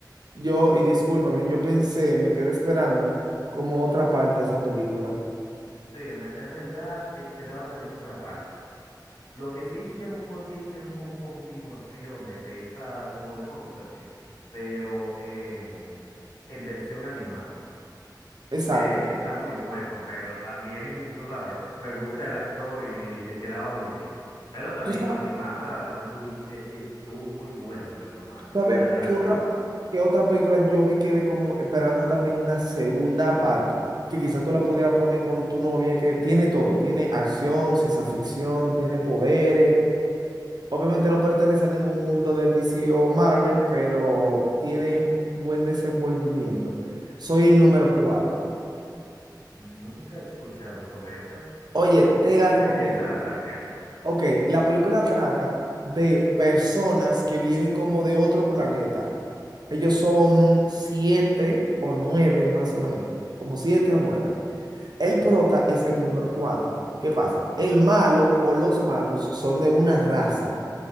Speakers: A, on the right; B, on the left.
A: yo, y discúlpame, yo pensé, me quedé esperando como otra parte de esa película.
B: sí, en verdad, en verdad, esperaba también otra parte. Lo que sí hicieron fue que hicieron como continuaciones de esa, como de Constantine, pero en, en versión animada,
A: Exacto.
B: que está muy bueno, pero también, tú sabes, me gusta el actor y le quedaba muy bien. Pero también
A: ¿Tú sab-
B: en la animada el Lui- eh, estuvo muy bueno el personaje
A: tú sabes,
B: y también la
A: qué
B: trama.
A: otra, qué otra película yo me quedé como esperando también una segunda parte? Que quizás tú la pudieras poner con tu novia, que tiene todo. Tiene acción, ciencia ficción, tiene poderes. Obviamente no pertenece a ningún mundo de DC o Marvel, pero tiene buen desenvolvimiento. Soy el número cuatro
B: Nunca he escuchado sobre esa.
A: Oye,
B: como
A: te la recomiendo.
B: de qué trataría? <laughs>
A: Ok, la película trata de personas que vienen como de otro planeta. Ellos son siete o nueve más o menos, como siete o nueve. El prota es el número cuatro ¿Qué pasa? El malo o los malos son de una raza